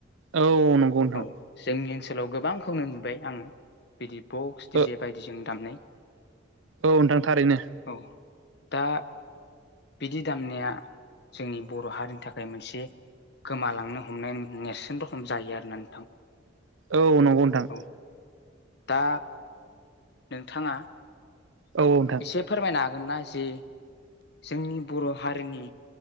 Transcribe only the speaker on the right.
औ नंगौ नोंथां।
औ
औ नोंथांथारैनो।
औ नंगौ नोंथां।
औ नोंथां